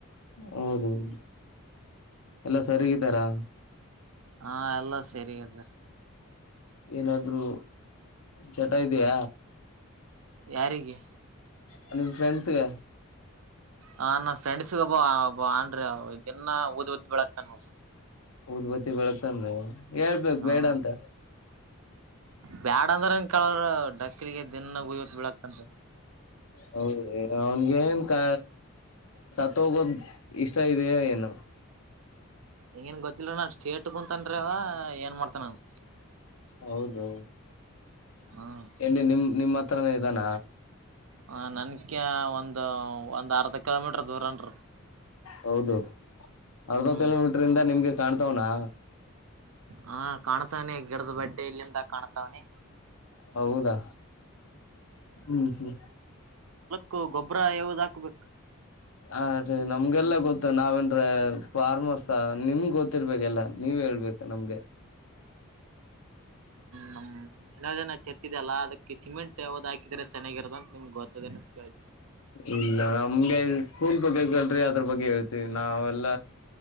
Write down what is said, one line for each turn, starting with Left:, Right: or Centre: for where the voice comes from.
Left: ಹೌದು <unintelligible> ಎಲ್ಲಾ ಸರಿಗಿದ್ದಾರಾ.
Right: ಹಾ ಎಲ್ಲಾ ಸರಿ ಇದರ್.
Left: ಏನಾದ್ರೂ ಚಟ ಇದ್ಯ.
Right: ಯಾರಿಗೆ
Left: ಅ ನಿನ್ ಫ್ರೆಂಡ್ಸ್ಗೆ.
Right: ಹ ನನ್ ಫ್ರೆಂಡ್ಸಗ ಒಬ್ಬಬ್ಬ ಅಂದ್ರ ದಿನ ಓದ್ ಬಿತ್ ಬಿಳಕ್ತನ್ ನೋಡ್ರಿ.
Left: ಉದ್ಬತ್ತಿ ಬೆಳಗ್ತನ್ ರಿ ಅವ ಹೇಳ್ಬೇಕ್
Right: ಹ್ಮ
Left: ಬೇಡ ಅಂತ.
Right: ಬ್ಯಾಡ ಅಂದ್ರನ್ ಕೇಳ್ರ ಡಕ್ಕಲಿಗೆ ದಿನ ಉಯ್ಯತ್ ಬಿಳಕ್ತನ.
Left: ಹೌದ ಅವ್ನಿಗೆನ್ ಕ ಸತ್ ಹೋಗೋದ ಇಷ್ಟ ಇದೆಯ ಏನು.
Right: ಹೆಂಗೇನ್ ಗೊತ್ತಿಲ್ಲರ ನಾನ್ ಸ್ಟೇಟ್ಕುಂತನ್ ಅವ ಏನ್ ಮಾಡ್ತನಾ ಅವ್ನ್.
Left: ಹೌದು
Right: ಹ್ಮ್
Left: ಏಲ್ಲಿ ನಿಮ್ ನಿಮ್ಮ. ಹತ್ರನ ಇದಾನ.
Right: ಹ ನಕ್ಯ ಒಂದು ಒಂದ್ ಅರ್ ಹ ಕಿಲೋಮೀಟರ್ ದೂರನ್ರಿ.
Left: ಹೌದು ಅರ್ಧ
Right: ಹ್ಮ್
Left: ಕಿಲೋಮೀಟರ್ ಇಂದ ನಿಮ್ಗೆ. ಕಾಣ್ತಾವನಾ
Right: ಹಾ ಕಾಣ್ತವನಿ ಗಿಡದ ಬಡ್ಡೆ ಇಲ್ಲಿಂದ ಕಾಣ್ತವನಿ.
Left: ಹೌದಾ ಹ್ಮ್ ಹ್ಮ್
Right: ಹು ಗೊಬ್ರ ಯಾವದ ಹಾಕ್ಬೇಕು.
Left: ಹ ರೀ ನಮ್ಗೆಲ್ಲ ಗೊತ್ತು ನಾವೇನ್ರ ಫಾರ್ಮರ್ಸ್ ನಿಮ್ ಗೊತ್ತಿರ್ಬೇಕ ಎಲ್ಲಾ ನೀವ್ ಹೇಳ್ಬೇಕ ನಮ್ಗೆ.
Right: ನಮ್ <unintelligible> ಜನ ಚತ್ತಿದೆ ಅಲ್ಲ ಅದಕ್ಕೆ ಸಿಮೆಂಟ್ ಯಾವ್ದ ಹಾಕಿದ್ರೆ ಚೆನ್ನಾಗಿರದಂತ ನಿಮ್ಗೆ ಗೊತ್ತದೇ ಕೇಳ್ದ.
Left: ಇಲ್ಲ ನಮ್ಗೆ ಸ್ಕೂಲ್ ಬಗ್ಗೆ ಕೇಳ್ರಿ ಅದ್ರ ಬಗ್ಗೆ ಹೇಳ್ತೀವಿ ನಾವೆಲ್ಲ